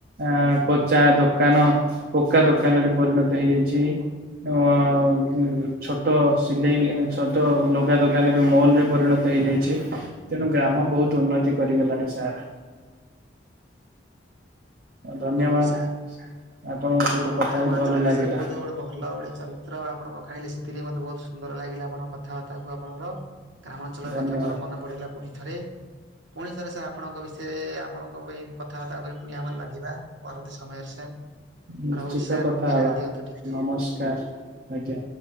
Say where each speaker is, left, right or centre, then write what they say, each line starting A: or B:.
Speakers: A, on the right; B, on the right.
A: ଆ କଚା ଦୋକାନ ପକ୍କା ଦୋକାନରେ ପରିଣତ ହେଇଯାଇଛି। ହଁ ଛୋଟ ସିଲେଇ ଛୋଟ ଲୁଗା ଦୋକାନ ବି ମଲ୍ ରେ ପରିଣତ ହେଇ ଯାଇ ଛି ତେଣୁ ଗ୍ରାମ ବହୁତ ଉନ୍ନତି କରିଗଲାଣି ସାର୍। ଧନ୍ୟବାଦ।
B: ହଉ ସାର୍
A: ଆପଣଙ୍କ ସହିତ
B: ଆପଣ
A: କଥା
B: ଗ୍ରାମାଞ୍ଚଳ
A: ହେଇ ଭଲ ଲାଗିଲା
B: ବିଷୟରେ ବହୁତ ଗୋଟେ ଭଲ ଗୋଟେ ଚ ରିତ୍ର ଆପଣ ବଖାଣିଲେ, ସେଥିରେ ବହୁତ ସୁନ୍ଦର ଲାଗିଲା ଆପଣଙ୍କ କଥାବାର୍ତ୍ତାରୁ ଆପଣଙ୍କର। ଗ୍ରାମାଞ୍ଚଳର
A: ଧନ୍ୟବାଦ
B: କଥା ମୋର ମନ ପଡ଼ିଲା ପୁଣି ଥରେ। ପୁଣି ଥରେ ସାର୍ ଆପଣଙ୍କ ବିଷୟରେ, ଆପଣଙ୍କ ଭଳି କଥାବାର୍ତ୍ତା ଉପରେ ପୁଣି ଆମର ଲାଗିବା। ପରଦ ସମୟରେ ସାର୍,
A: ନିଶ୍ଚିତ
B: ରହୁଛି ସାର୍,
A: କଥା
B: ବିରତି
A: ହେବା
B: ଦିଅନ୍ତୁ ଟିକେ।
A: ନମସ୍କାର ଆଜ୍ଞା।